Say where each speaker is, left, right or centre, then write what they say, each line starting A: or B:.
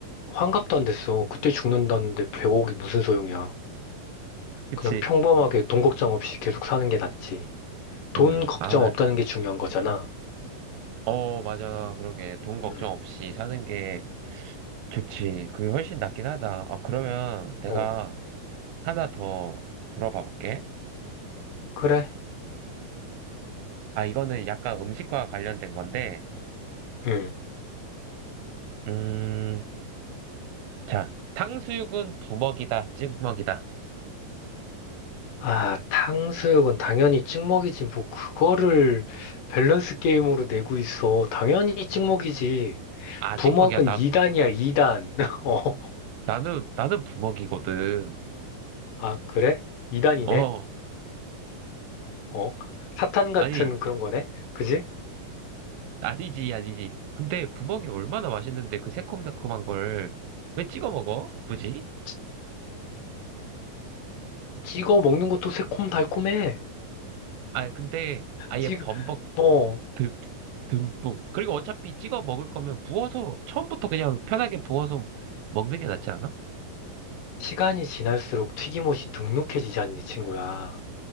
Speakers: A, on the left (about 75°); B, on the right (about 80°).
A: 환갑도 안 됐어. 그때 죽는다는데 배고 0억이 무슨 소용이야.
B: 그치?
A: 그냥 평범하게 돈 걱정 없이 계속 사는 게 낫지. 돈
B: 응,
A: 걱정
B: 아,
A: 없다는 게 중요한 거잖아.
B: 어, 맞아. 그러게. 돈 걱정
A: 음.
B: 없이 사는 게 좋지. 그게 훨씬 낫긴 하다. 아, 그러면 내가
A: 어,
B: 하나 더 물어봐 볼게.
A: 그래?
B: 아, 이거는 약간 음식과 관련된 건데,
A: 응.
B: 음, 자, 탕수육은 부먹이다, 찍먹이다.
A: 아, 탕수육은 당연히 찍먹이지. 뭐, 그거를 밸런스 게임으로 내고 있어. 당연히 찍먹이지.
B: 아,
A: 부먹은
B: 찍먹이야. 나,
A: 2단이야, 2단. <laughs> 어,
B: 나는, 나는 부먹이거든.
A: 아, 그래? 2단이네?
B: 어,
A: 어, 사탄 같은
B: 아니.
A: 그런 거네? 그지?
B: 아니지, 아니지. 근데 부먹이 얼마나 맛있는데 그 새콤달콤한 걸 왜 찍어 먹어? 굳이?
A: 찌- 찍어 먹는 것도 새콤달콤해.
B: 아, 근데 아예
A: 찍,
B: 범벅
A: 어,
B: 듬, 듬뿍. 그리고 어차피 찍어 먹을 거면 부어서 처음부터 그냥 편하게 부어서 먹는 게 낫지 않아?
A: 시간이 지날수록 튀김옷이 눅눅해지잖니, 친구야.